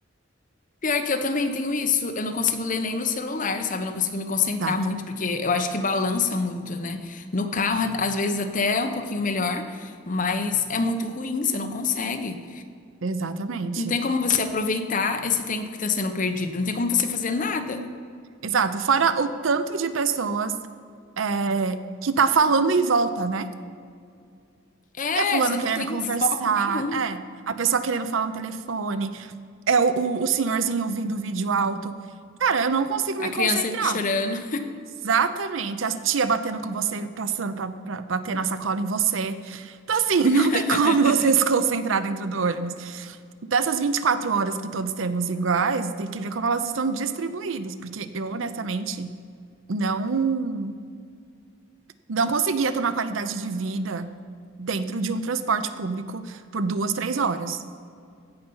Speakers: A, on the left; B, on the right.
A: Pior que eu também tenho isso. Eu não consigo ler nem no celular, sabe? Eu não consigo me concentrar
B: Exato.
A: muito, porque eu acho que balança muito, né? No carro, a- às vezes até é um pouquinho melhor, mas é muito ruim, você não consegue.
B: Exatamente.
A: Não tem como você aproveitar esse tempo que tá sendo perdido. Não tem como você fazer nada.
B: Exato. Fora o tanto de pessoas é, que tá falando em volta, né?
A: É,
B: É fulano
A: você
B: querendo
A: não tem
B: conversar,
A: foco nenhum.
B: é. A pessoa querendo falar no telefone, é o, o, o senhorzinho ouvindo o vídeo alto. Cara, eu não consigo
A: A
B: me
A: criança
B: concentrar.
A: chorando.
B: Exatamente. A tia batendo com você, passando pra, pra bater na sacola em você. Então, assim,
A: <laughs>
B: <laughs> não tem como você se concentrar dentro do ônibus. Dessas quatro horas que todos temos iguais, tem que ver como elas estão distribuídas, porque eu, honestamente, não, não conseguia tomar qualidade de vida dentro de um transporte público por duas, três horas.